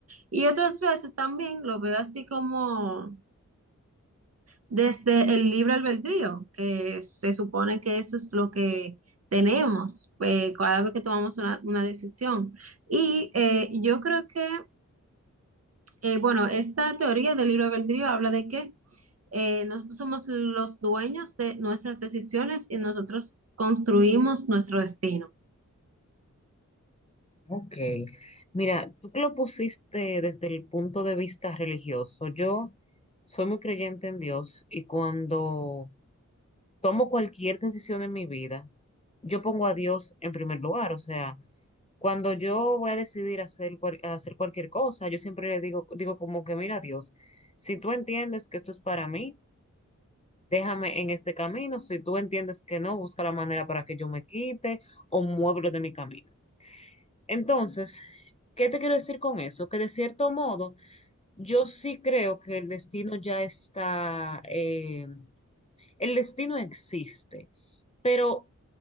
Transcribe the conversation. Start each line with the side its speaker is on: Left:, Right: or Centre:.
Right: Y otras veces también lo veo así como desde el libre albedrío, que se supone que eso es lo que tenemos eh, cada vez que tomamos una, una decisión. Y eh, yo creo que, eh, bueno, esta teoría del libre albedrío habla de que eh, nosotros somos los dueños de nuestras decisiones y nosotros construimos nuestro destino.
Left: Ok, mira, tú que lo pusiste desde el punto de vista religioso, yo soy muy creyente en Dios y cuando tomo cualquier decisión en mi vida, yo pongo a Dios en primer lugar, o sea, cuando yo voy a decidir hacer, cual- hacer cualquier cosa, yo siempre le digo, digo como que, mira Dios, si tú entiendes que esto es para mí, déjame en este camino, si tú entiendes que no, busca la manera para que yo me quite o muévelo de mi camino. Entonces, ¿qué te quiero decir con eso? Que de cierto modo, yo sí creo que el destino ya está, eh, el destino existe, pero